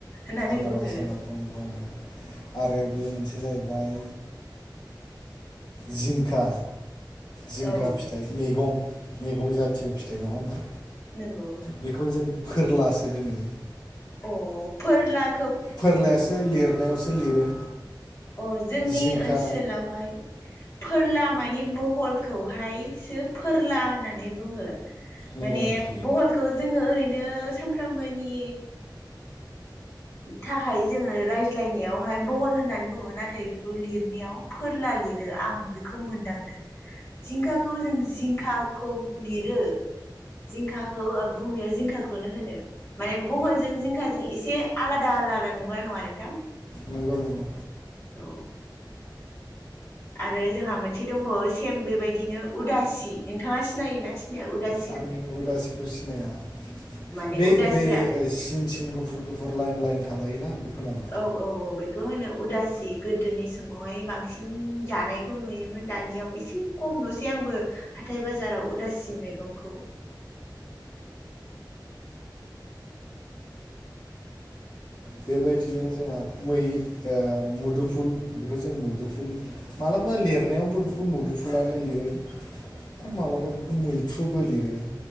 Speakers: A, on the left; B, on the left.
A: होननानै
B: आनारस
A: बुङो
B: होनना बुं बुङो आरो बे मोनसे जाहैबाय जिंखा जिंखा
A: औ
B: फिथाइ मैगं मैगं जाथियाव फिथाइ नङा होनोमबा
A: नोंगौ
B: बेखौ जों फोरलासो होनो
A: अ फोरला
B: फोरलायासो लिरनायावसो लिरो
A: अ जोंनि
B: जिंखा
A: ओनसोलावहाय फोरला मानि बहलखौहायसो फोरला होननानै बुङो।
B: नंगौ
A: माने
B: नामा
A: बहलखौ जोङो ओरैनो सानफ्रामबोनि थाखाय जोङो रायज्लायनायावहाय बहल होननानै बुङो। नाथाय बेखौ लिरनायाव फोरला लिरो आं बेखौ मोनदांदों। जिंखाखौ जों जिंखाखौनो लिरो जिंखाखौ बुंनायाव जिंखाखौनो होनो। माने बहयजों जिंखाजों एसे आलादा आलादा नंगौना नङा नोंथां?
B: नंगौ नंगौ
A: औ आरो जोंहा मोनसे दंबावो सेम बेबायदिनो उदासि नोंथाङा सिनायोना सिनाया उदासि?
B: आं उदासिखौ सिनाया
A: माने
B: बे
A: उदासिया
B: -बे सिन सिन गुफुर- गुफुर हर लाइन लाइन थालायोना बेखौनो आंगो
A: औ औ औ बेखौ होनो उदासि गोदोनि समावहाय बांसिन जानाय खौ नुयोमोन दानियाव एसे खम नुसै आंबो हाथाय बाजाराव उदासि मैगंखौ
B: बेबायदिनो जोंहा मै ओ मुदुफुल बेखौ जों मुदुफुल मालाबा लिरनायावबो बेखौ मोदुफुलानो लिरो आरो मालाबा बेखौ मैथ्रुबो लिरो